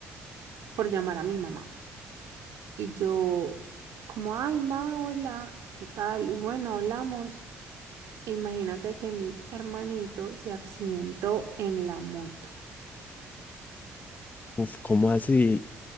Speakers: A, on the right; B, on the left.
A: por llamar a mi mamá. Y yo, como, ay, ma, hola, ¿qué tal? Y bueno, hablamos. E imagínate que mi hermanito se accidentó en la moto.
B: Uf, ¿cómo así?